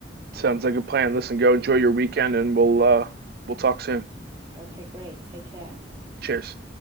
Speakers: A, on the right; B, on the right.
A: Sounds like a plan. Listen, go enjoy your weekend, and we'll uh, we'll talk soon.
B: Okay, great. Take care.
A: Cheers.